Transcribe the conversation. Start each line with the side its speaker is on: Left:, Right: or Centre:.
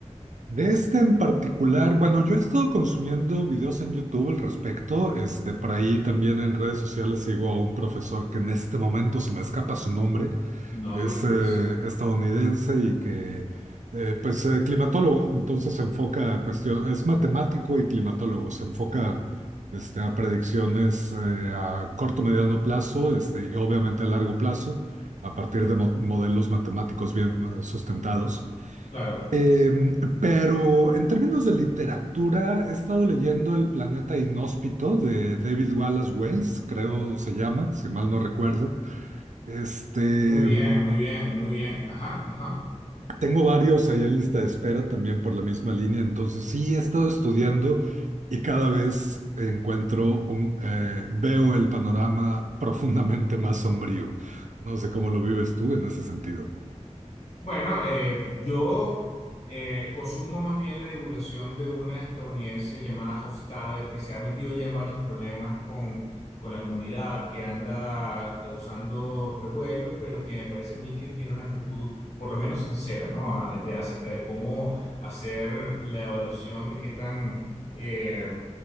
Right: De este en particular, bueno, yo he estado consumiendo videos en YouTube al respecto, este, por ahí también en redes sociales sigo a un profesor que en este momento se me escapa su nombre,
Left: No
Right: es
Left: te preocupes.
Right: eh, estadounidense y que, eh, pues, eh, climatólogo, entonces se enfoca a cuestión, es matemático y climatólogo, se enfoca este, a predicciones eh, a corto, mediano plazo, este, y obviamente a largo plazo, a partir de mo- modelos matemáticos bien eh, sustentados.
Left: Claro,
Right: Em, pero en términos de literatura, he estado leyendo El planeta inhóspito de David Wallace Wells, creo se llama, si mal no recuerdo. Este,
Left: muy bien,
Right: em,
Left: muy bien, muy bien. Ajá, ajá.
Right: Tengo varios ahí en lista de espera también por la misma línea, entonces sí he estado estudiando y cada vez encuentro un, eh, veo el panorama profundamente más sombrío. No sé cómo lo vives tú en ese sentido.
Left: Bueno, eh, yo eh, consumo más bien la divulgación de una estadounidense llamada Hofstadter que se ha metido ya en varios problemas con, con la comunidad, que anda causando revuelo, pero que me parece a mí que tiene una actitud por lo menos sincera, ¿no? A- de- acerca de cómo hacer la evaluación de qué tan eh,